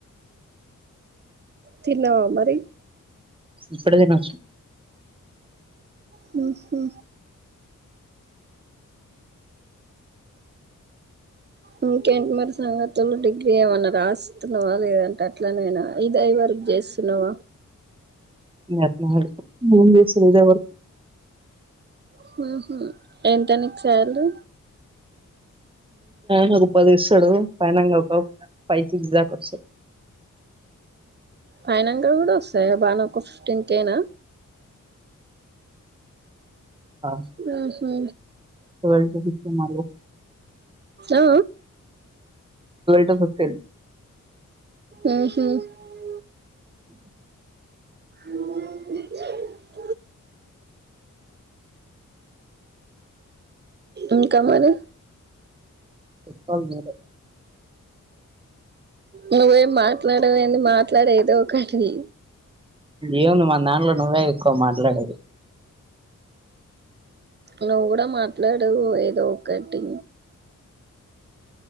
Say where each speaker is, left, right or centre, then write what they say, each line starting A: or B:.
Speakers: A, on the right; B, on the right.
A: తిన్నవా మరి
B: ఇప్పుడే తినొచ్చానా
A: హు హు ఇంకేంటి మరి సంగతులు డిగ్రీ ఏమన్నా రాస్తున్నావా, లేదంటే అట్లనైనా ఇది అవి వరకు చేస్తున్నావా.
B: ననా మూసదావర్
A: హు హు ఎంత నీకు శాలరీ
B: నాకు ఉపాధి ఇస్తాడు పైనంగా ఒక ఫైసి దా వస్తాడు.
A: ఫైనల్ గా కూడా వస్తాయి. బానే ఒక ఫిఫ్టీన్ కేేనా
B: అ
A: ఉహు
B: వ ట ఫఫటీన్ మగవల్
A: ఆ
B: ట ఫిఫటీన్
A: ఆ హ <unintelligible>
B: <unintelligible>
A: <unintelligible> ఇంకా మరి
B: చెప్పాలి మీరే
A: నువ్వేం మాట్లాడవ ఏంది. మాట్లాడే ఏదో ఒకటి.
B: ఏముంది మా దాంట్లో నువ్వే ఎక్కువ మాట్లాడేది.
A: నువ్వు కూడా మాట్లాడువు ఏదో ఒకటి